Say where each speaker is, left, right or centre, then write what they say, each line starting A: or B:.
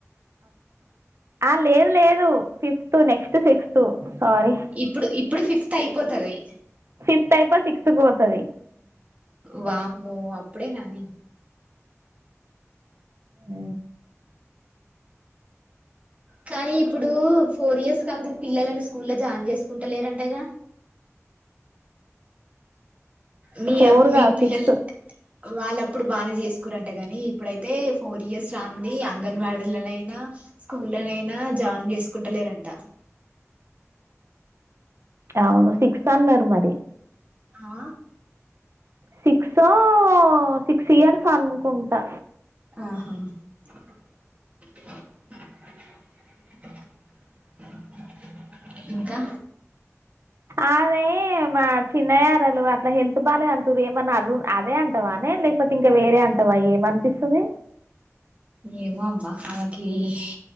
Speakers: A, on the right; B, on the right.
A: అ లేదు లేదు ఫిఫ్త్, నెక్స్ట్ సిక్స్త్ సారీ.
B: ఇప్పుడు ఇప్పుడు ఫిఫ్త్ అయిపోతుది.
A: ఫిఫ్త్ అయిపో సిక్స్ కు పోతది.
B: వామ్మో అప్పుడే నానే
A: ఊ
B: కానీ ఇప్పుడు ఫోర్ ఇయర్స్ కంత పిల్లలని స్కూల్ల్లో జాయిన్ చేసుకుంటలేరంటగా. మీ
A: ఫోర్
B: అప్ మీ
A: కాదు
B: పిల్లలు
A: సిక్స్
B: వాళ్ళప్పుడు బాగానే చేసుకోరంట గాని, ఇప్పుడైతే ఫోర్ ఇయర్స్ రాంది అంగన్వాడీలనైనా, స్కూళనైనా జాయిన్ చేసుకుంటలేరంట.
A: అవును సిక్స్ అన్నారు మరి
B: ఆ
A: సిక్స్ ఓ సిక్స్ ఇయర్స్ అనుకుంటా
B: ఆహా <unintelligible> ఇంకా
A: ఆమే మా చిన్నయరలు అట్లా హెల్త్ బాగాలేదు అంటారు. ఏమన్నా అ అదే అంటావానే లే. లేకపోతే ఇంకా వేరే అంటావా ఏమనిపిస్తుంది.
B: ఏమో అమ్మ ఆమెకి ఆ